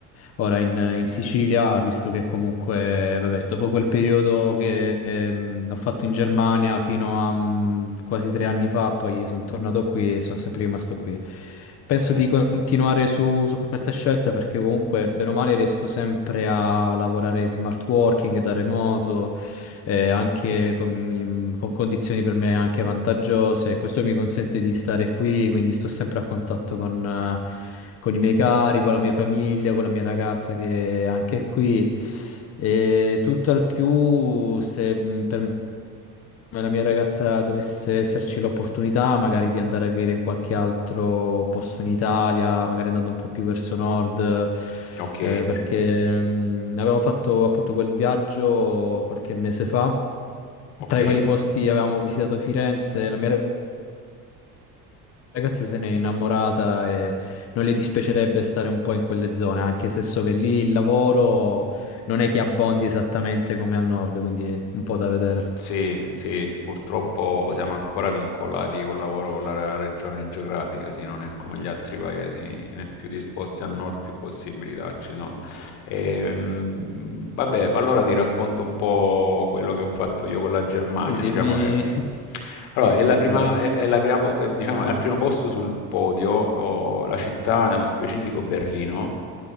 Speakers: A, on the left; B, on the left.
A: ora in, in Sicilia, visto che comunque, vabbè, dopo quel periodo che ehm, ho fatto in Germania fino a mm, quasi tre anni fa, poi sono tornato qui e sono sempre rimasto qui. Penso
B: Ok,
A: di continuare su, su questa scelta perché comunque, bene o male, riesco sempre a lavorare in smart working da remoto eh, anche con, in- con condizioni per me anche vantaggiose. Questo mi consente di stare qui, quindi sto sempre a contatto con, eh, con i miei cari, con la mia famiglia, con la mia ragazza che è anche qui. E tutto al più, se mh, per me la mia ragazza dovesse esserci l'opportunità magari di andare a vivere in qualche altro posto in Italia, magari andando un po' più verso nord, eh,
B: ok,
A: perché mh, avevamo fatto appunto quel viaggio qualche mese fa
B: ok.
A: tra i vari posti avevamo visitato Firenze, la mia ragazza se n'è innamorata e non le dispiacerebbe stare un po' in quelle zone, anche se so che lì il lavoro non è che abbondi esattamente come al nord, quindi è un po' da vedere.
B: Sì, sì, purtroppo siamo ancora vincolati col lavoro con la regione geografica, sì, non è come gli altri paesi, né più disposti a nord più possibilità ci sono. Ehm, vabbè, allora ti racconto un po' quello che ho fatto io con la Germania,
A: E dimmi,
B: diciamo che... Allora, è
A: dimmi
B: la prima,
A: pure.
B: è, è la prima po- eh, diciamo, è al primo posto sul podio, oh, la città, nello specifico Berlino.